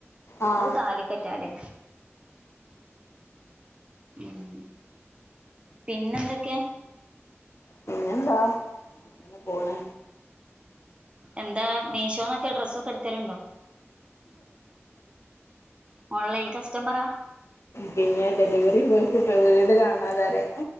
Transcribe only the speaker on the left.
ആഹ്
പിന്നെന്താ അങ്ങനെ പൊണ്
പിന്നെ ഡെലിവറി ബോയ്ക്ക് ഇപ്പം വീട് കാണാതെ അറിയ